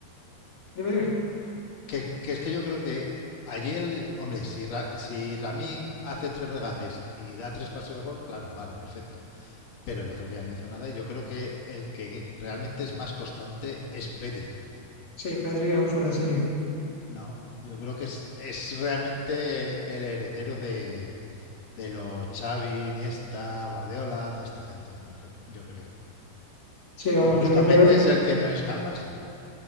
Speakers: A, on the left (about 40°); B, on the left (about 60°).
A: dime, dime.
B: que, que es que yo creo que allí el, hombre, si, Ra- si Ramín hace tres regates y da tres pases de gol, claro, vale, perfecto. pero el otro día no hizo nada y yo creo que el que realmente es más constante es Pedri.
A: Sí, Pedri es un fuera de serie.
B: No, yo creo que es, es realmente el heredero de, de los Xavi, Iniesta, Guardiola, toda esta gente, ¿no? yo creo.
A: Sí, vamos,
B: Y justamente
A: yo creo que
B: es el que no es Can Barça.